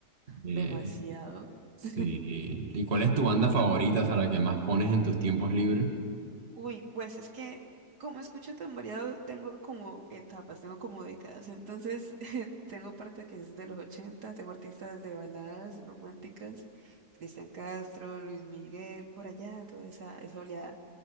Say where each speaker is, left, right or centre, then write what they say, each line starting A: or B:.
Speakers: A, on the right; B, on the right.
A: Eh,
B: demasiado.
A: sí.
B: <laughs>
A: ¿Y cuál es tu banda favorita, o sea, la que más pones en tus tiempos libres?
B: Uy, pues es que como escucho tan variado, tengo como etapas, tengo como décadas. Entonces, <laughs> tengo parte que es de los 80, tengo artistas de baladas románticas, Cristian Castro, Luis Miguel, por allá, toda esa, esa oleada.